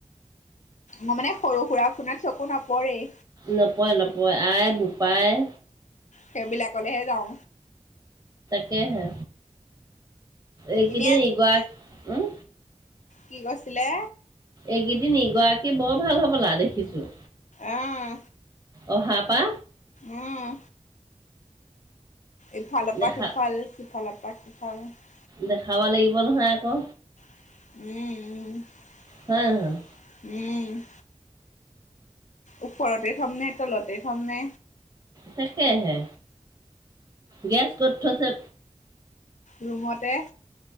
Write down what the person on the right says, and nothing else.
নপৰে নপৰে আই বোপাই
কহে এইকেইদিন
উম
এইকেইদিন ইগৰাকী বৰ ভাল হব লা দেখিছো।
অহা পা
দেখা
দেখাব লাগিব নহয় আকৌ।
হয় নহয়
তাকেহে গেছ কত থৈছে?